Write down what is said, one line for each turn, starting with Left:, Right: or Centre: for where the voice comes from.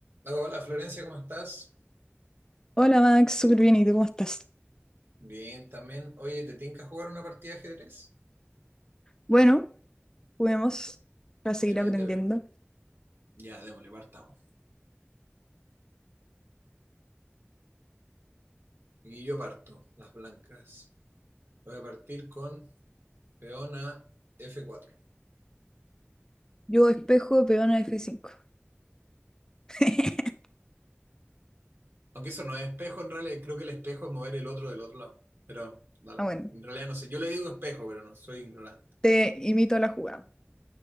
Right: Hola Florencia, ¿cómo estás?
Left: Hola Max, súper bien, ¿y tú cómo estás?
Right: Bien, también. Oye, ¿te tinca jugar una partida de ajedrez?
Left: Bueno, juguemos para seguir
Right: Mira,
Left: aprendiendo.
Right: ahí te veo. Ya, démosle, partamos. Y yo parto, las blancas. Voy a partir con peón a f cuatro.
Left: Yo espejo, peón a F5. <laughs>
Right: Aunque eso no es espejo, en realidad creo que el espejo es mover el otro del otro lado. Pero, dale,
Left: Ah, bueno,
Right: en realidad no sé. Yo le digo espejo, pero no, soy ignorante.
Left: te imito a la jugada.